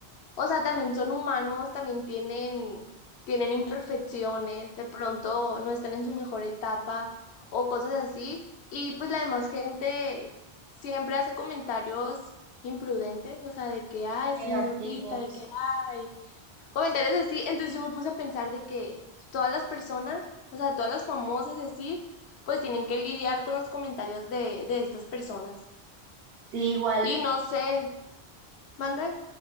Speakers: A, on the left; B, on the right.
A: O sea, también son humanos, también tienen, tienen imperfecciones, de pronto no están en su mejor etapa o cosas así. Y pues la demás gente siempre hace comentarios imprudentes, o sea, de que, ay,
B: Negativos.
A: estás más gordita, de que, ay, comentarios así. Entonces yo me puse a pensar de que todas las personas, o sea, todas las famosas así, pues tienen que lidiar con los comentarios de, de estas personas.
B: Sí, igual
A: Y no sé, manda.